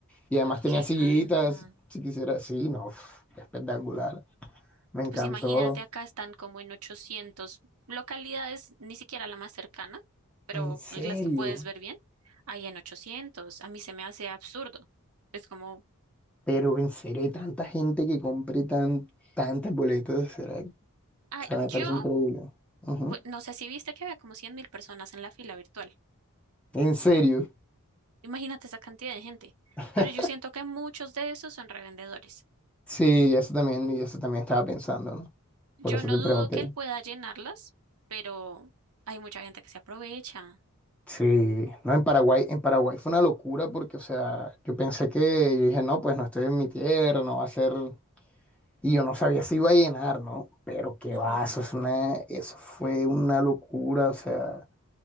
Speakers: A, in the centre; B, on the right.
A: Y además tenía
B: Qué
A: sillitas,
B: ganga.
A: si quisiera. Sí, no, uf, espectacular. Me encantó.
B: Pues imagínate, acá están como en 800 localidades, ni siquiera la más cercana, pero
A: En serio.
B: las que puedes ver bien, hay en 800. A mí se me hace absurdo. Es como,
A: Pero en serio, hay tanta gente que compre tan, tantas boletas. será- O
B: ah,
A: sea, me
B: yo,
A: parece increíble. Ujú.
B: bu- no sé si viste que había como cien mil personas en la fila virtual.
A: En serio.
B: Imagínate esa cantidad de gente.
A: <laughs>
B: Pero yo siento que muchos de esos son revendedores.
A: Sí, eso también, y eso también estaba pensando, ¿no?
B: Yo
A: Por eso
B: no
A: te
B: dudo
A: pregunté.
B: que él pueda llenarlas, pero hay mucha gente que se aprovecha.
A: Sí, no, en Paraguay, en Paraguay fue una locura porque, o sea, yo pensé que, yo dije, no, pues no estoy en mi tierra, no va a ser Y yo no sabía si iba a llenar, ¿no? Pero qué
B: Ujú.
A: va, eso es una, eso fue una locura, o sea,